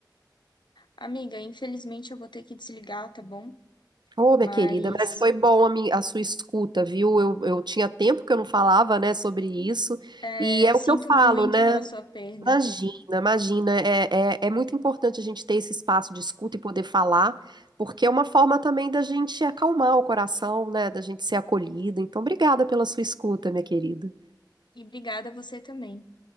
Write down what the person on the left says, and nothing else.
Amiga, infelizmente eu vou ter que desligar, tá bom?
Mas
é,
sinto
muito
pela sua perda.
E obrigada a você também.